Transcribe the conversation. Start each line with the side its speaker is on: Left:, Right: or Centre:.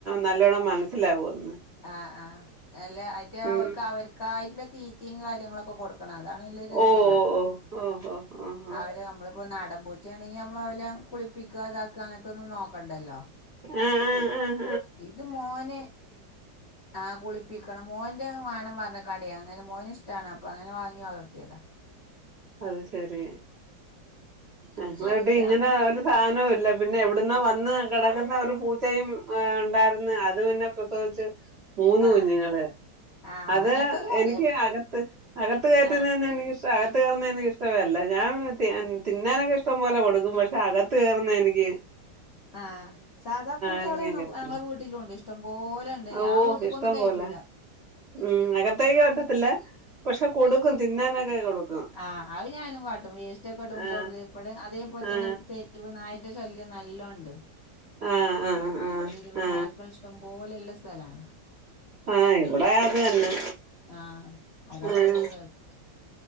Right: നല്ലോണ്ണം മനസ്സിലാവൂന്ന്.
Left: ആ ആ അല്ല അയിട്ട്
Right: ഉം
Left: അവർക്ക് അവർക്കായിട്ടുള്ള തീറ്റയും കാര്യങ്ങളൊക്കെ കൊടുക്കും. ക്ക്ണ്അതാണെല്ലൊരു ഇത്
Right: ഓഹ്
Left: ന്നൊള്ളു
Right: ഓഹ് ഓഹ് ഓഹ് ഓഹ് ഓഹ്
Left: അവര് ഞമ്മള്പ്പൊ ഒര് നാടൻ പൂ ച്ചാണെങ്കി മ്മളോലെ കുളിപ്പിക്കാ ദാക്കാ അങ്ങനതൊന്നും നോക്കണ്ടല്ലൊ
Right: ആ ആ ആ
Left: ഇത് മോന് ആ കുളിപ്പിക്കണം. മോന്റെ വേണം പറഞ്ക്കാണ്ടേ അങ്ങനെ മോന്ഷ്ടാണ് അപ്പങ്ങനെ വാങ്ങി വളർത്തിയതാ.
Right: അത് ശരി ഞങ്ങളെടി
Left: ചെറുത
Right: ഇങ്ങനായാലും സാനോല്ലാ എവ്ട്ന്നാ വന്ന് കിടക്ന്നൊരു പൂച്ചയും ണ്ടായിര്ന്ന് അത് പിന്നെ അജ് മൂന്ന്
Left: ആഹ്
Right: കുഞ്ഞുങ്ങള്.
Left: ആഹ്
Right: അത്
Left: അങ്ങനത്തോല് കൊറേ
Right: എനിക്ക് അകത്ത് അകത്ത് കയ്റ്റ്ന്നേന്ന്നിക്ക്
Left: ആഹ്
Right: ഇഷ് <unintelligible> അകത്ത് കേറ്ന്നേന്ന് എനിക്ക്ഷ്ടമല്ല ഞാൻ തിന്നാനൊക്കെ ഇഷ്ടം പോലെ കൊടുക്കും. പക്ഷെ അകത്ത് കേറുന്നെനിക്ക്
Left: ആ സാധാ പൂച്ചളേം
Right: എനിക്ക് ഞാൻ
Left: ങ്ങക്ക്
Right: കേറ്റത്തില്ല
Left: ഞങ്ങളെ വീട്ടിലുംണ്ട് ഇഷ്ട ഇഷ്ടംപോലെണ്ടയിനി
Right: ഓ
Left: ഞാൻ വീട്ട്ക്കൊന്നും
Right: ഇഷ്ടം
Left: കെയാറ്റൂല
Right: പോലെ ഉം അകത്തേക്ക് കയറ്റത്തില്ല പക്ഷെ കൊടുക്കും. തിന്നാനൊക്കെ കൊടുക്കും.
Left: ആ അഹ് ഞാനും കാട്ടും വേസ്‌റ്റൊക്കിടുമ്പോ
Right: ആ
Left: <unintelligible> അതേ പോലത്തന്നെ
Right: ആ
Left: തെര് വ്നായന്റെ ശല്യം നല്ലോണ്ട്
Right: ആ ആ ആ
Left: തെര് വ്
Right: ആ
Left: നായ്ക്ക നായ്ക്കള്ഷ്ടംപോലെല്ല സ്ഥലാണ്
Right: ആഹ് ഇവിടത് തന്നെ
Left: ആഹ് അതാണല്ലോ
Right: ആഹ
Left: കേട്